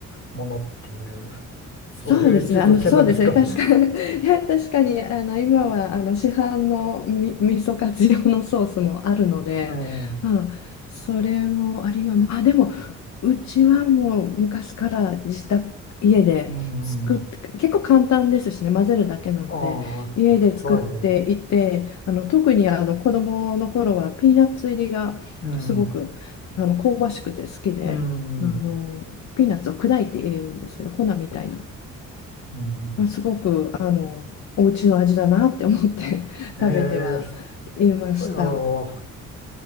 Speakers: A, on the left (about 45°); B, on the left (about 65°).
A: ものっていう、そういう位置づけなんですかね。
B: そうですね。あの、そうですね。確かに、<laughs> いや、確かに、あの、今は、あの、市販のみ、味噌カツ用のソースもあるので、
A: <laughs>
B: まあ、それもありま、まあ、でも、うちはもう昔から自宅、家で作って、
A: うん。うん。
B: 結構簡単ですしね、混ぜるだけなので、
A: あ
B: 家で作っていて、
A: あ、はい。
B: あの、特に、あの、子供の頃はピーナッツ入りがすごく、
A: うん。
B: あの、香ばしくて好きで、
A: うん。
B: あの、ピーナッツを砕いて入れるんですけど、粉みたいな。
A: うん。
B: まあ、すごく、あの、お家の味だなって思って <laughs>
A: ええ、
B: 食べてはいました。
A: ああ。